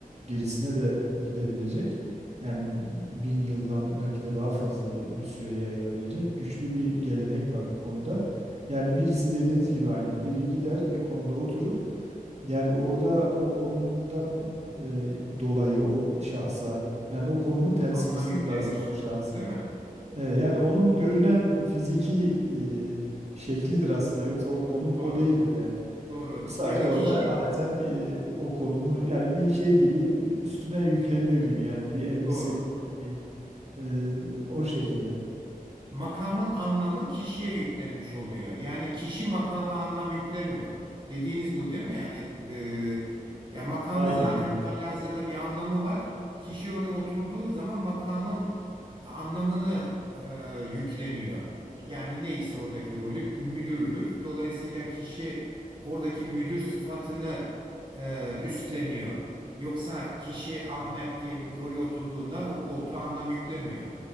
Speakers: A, on the right; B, on the right.
A: gerisine de gidebilecek. Yani bin yıldan belki de daha fazla bir, bir süre yayılabilecek güçlü bir gelenek var bu konuda. Yani birisi dediğiniz gibi aynen biri gider bir konuda oturur. Yani orada o konumdan e, dolayı o şahsa yani o konumun temsilcisidir
B: anlam yüklenir.
A: aslında o şahıs.
B: Değil mi?
A: E, yani onun görünen fiziki e, şeklidir aslında. Yoksa o konum
B: Doğru.
A: o değildir yani.
B: Doğru.
A: O sadece
B: Yani
A: orada
B: kişi
A: emaneten e, o konumu yani bir şey gibi üstüne yükleniyor gibi yani bir elbise
B: doğru.
A: gibi ne bileyim. E, o şekilde.
B: Makamın anlamı kişiye yüklenmiş oluyor. Yani kişi makama anlam yüklemiyor. Dediğiniz bu değil mi? Yani e, ya makamın
A: Aynen
B: zaten
A: evet.
B: halihazırda bir anlamı var. Kişi oraya oturduğu zaman makamın anlamını e, yükleniyor. Yani neyse oradaki rolü müdürdür. Dolayısıyla kişi oradaki müdür sıfatını e, üstleniyor. Yoksa kişi Ahmet diyelim ki oraya oturduğunda o koltuğa anlam yüklemiyor.